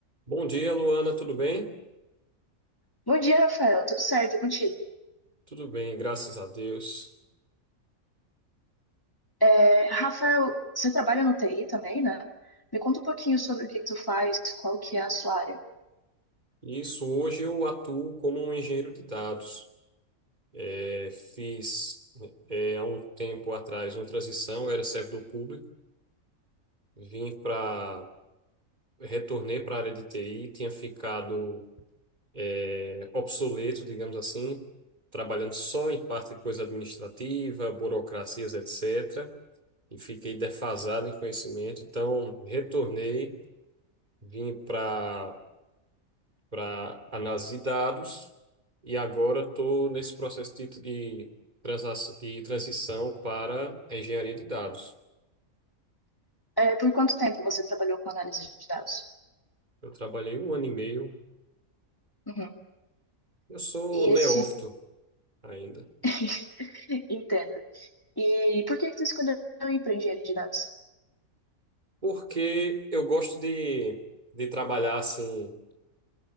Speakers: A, on the right; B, on the left.
A: Bom dia, Luana, tudo bem?
B: Bom dia, Rafael. Tudo certo? E contigo?
A: Tudo bem, graças a Deus.
B: É, Rafael, você trabalha no TI também, né? Me conta um pouquinho sobre o que que tu faz, qual que é a sua área.
A: Isso, hoje eu atuo como um engenheiro de dados. É, fiz, é, há um tempo atrás uma transição, eu era servidor público, vim para, retornei para a área de TI, tinha ficado, é, obsoleto, digamos assim, trabalhando só em parte de coisa administrativa, burocracias, etc. E fiquei defasado em conhecimento, então retornei, vim para para análise de dados e agora estou nesse processo de, de, transa- de transição para a engenharia de dados.
B: É, por quanto tempo você trabalhou com análise de dados?
A: Eu trabalhei um ano e meio,
B: Uhum.
A: eu sou
B: E
A: neófito
B: esse...
A: ainda,
B: <laughs> Entendo. E por que que tu escolheu ir para engenharia de dados?
A: porque eu gosto de, de trabalhar assim